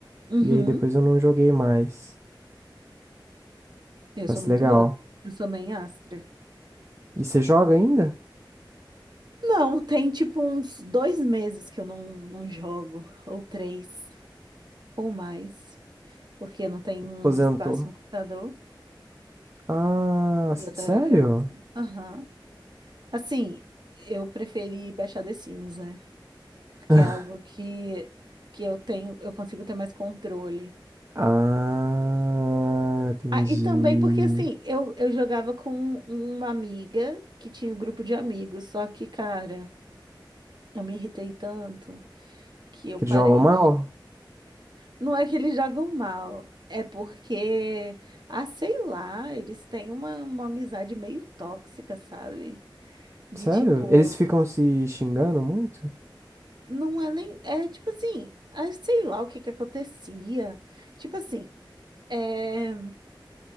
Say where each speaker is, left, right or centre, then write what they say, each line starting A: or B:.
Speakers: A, on the right; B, on the right.
A: Uhum.
B: E aí depois eu não joguei mais.
A: Eu
B: Parece
A: sou muito
B: legal.
A: boa. Eu sou main Astra.
B: E você joga ainda?
A: Não, tem tipo uns dois meses que eu não, não jogo, ou três, ou mais, porque não tem um
B: Aposentou.
A: espaço no computador.
B: Ah,
A: E
B: sério?
A: eu era, eu era. Aham. Assim, eu preferi baixar The Sims, né? Porque
B: <laughs>
A: é algo que, que eu tenho, eu consigo ter mais controle.
B: Ah, entendi.
A: Ah, e também porque assim, eu, eu jogava com uma amiga que tinha um grupo de amigos, só que, cara, eu me irritei tanto que eu
B: Que
A: parei
B: eles jogam mal?
A: de. Não é que eles jogam mal, é porque, ah, sei lá, eles têm uma, uma amizade meio tóxica, sabe? De
B: Sério?
A: tipo,
B: Eles ficam se xingando muito?
A: não é nem. É tipo assim, ah, sei lá o que que acontecia. Tipo assim, é,